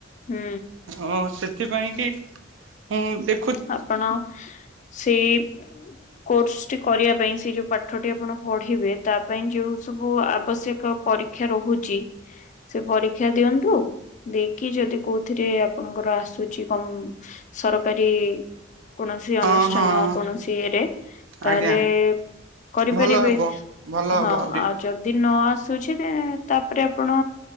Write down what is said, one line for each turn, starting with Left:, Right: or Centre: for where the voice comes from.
Left: ହୁଁ।
Right: ହଁ ସେଥିପାଇଁ କି ମୁଁ ଦେ
Left: ଆପଣ ସେଇ କୋର୍ସଟି କରିବା ପାଇଁ ସେଯୋଉ ପାଠଟି ଆପଣ ପଢିବେ ତାପାଇଁ ଯୋଉ ସବୁ ଆବଶ୍ୟକ ପରି କ୍ଷା ରହୁଚି ସେପରୀକ୍ଷା ଦିଅନ୍ତୁ। ଦେଇକି ଯଦି କୋଉଥିରେ ଆପଣଙ୍କର ଆସୁଛି କମ୍ ସରକାରୀ କୌଣସି
Right: ହଁ
Left: ଅନୁଷ୍ଠାନ
Right: ହଁ
Left: କୌଣସି ଇଏରେ ତାହେଲେ
Right: ଆଜ୍ଞା
Left: କରିପାରିବେ
Right: ଭଲ ହେବ ଭଲ
Left: ହଁ
Right: ହବ ଆହୁରି।
Left: ଆଉ ଯଦି ନଆସୁଛି ଦେ ତାପରେ ଆପଣ